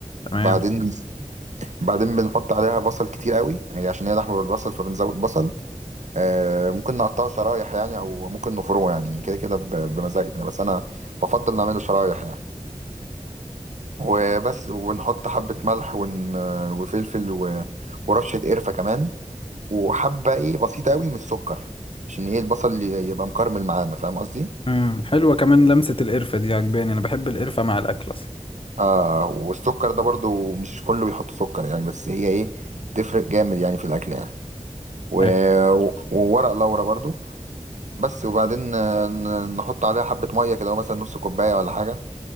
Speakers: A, on the left; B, on the right.
A: تمام
B: بعدين بعدين بنحط عليها بصل كتير قوي هي عشان هي لحمة بالبصل فبنزود بصل آه، ممكن نقطعه شرايح يعني او ممكن نفرمه يعني كده كده ب- بمزاجنا بس انا بفضل نعمله شرايح يعني وبس ونحط حبة ملح ون... وفلفل و... ورشة قرفة كمان وحبة ايه بسيطة قوي من السكر عشان ايه البصل ي- يبقى مكرمل معانا فاهم قصدي
A: امم حلوة كمان لمسة القرفة دي عجباني انا بحب القرفة مع الاكل اصلا
B: اه والسكر ده برضو مش كله بيحط سكر يعني بس هي ايه تفرق جامد يعني في الاكل يعني و...
A: حلو.
B: وورق لورا برضو بس وبعدين آه، ن- نحط عليها حبة مية كده مثلا نص كوباية ولا حاجة